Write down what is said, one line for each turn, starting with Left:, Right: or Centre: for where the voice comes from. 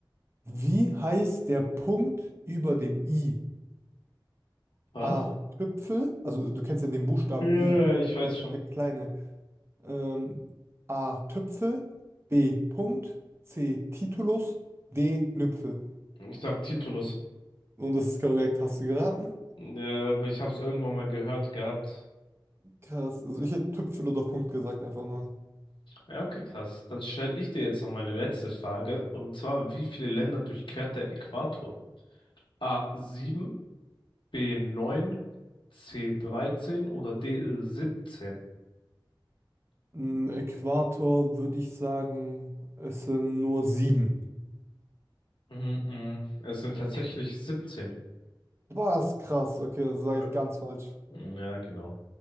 Right: Wie heißt der Punkt über dem I?
Left: Was?
Right: A. Tüpfel, also du kennst ja den Buchstaben
Left: Ja, ja,
Right: I,
Left: ja, ich weiß
Right: der,
Left: schon.
Right: der kleine. Ähm, A. Tüpfel, B. Punkt, C. Titulus, D. Nüpfel.
Left: Ich sag Titulus.
Right: Und das ist korrekt, hast du geraten?
Left: Ja, ja, aber ich hab's irgendwann mal gehört gehabt.
Right: Krass, also
Left: Ja.
Right: ich hätte Tüpfel oder Punkt gesagt, einfach nur.
Left: Ja, okay, krass. Dann stelle ich dir jetzt noch meine letzte Frage. Und zwar, wie viele Länder durchquert der Äquator? a sieben b neun c dreizehn oder d siebzehn
Right: Im Äquator würde ich sagen, es sind nur sieben.
Left: Mhm, mhm. Es sind tatsächlich siebzehn
Right: Was krass, okay, das sage
Left: Ja,
Right: ich ganz falsch.
Left: Ja, genau.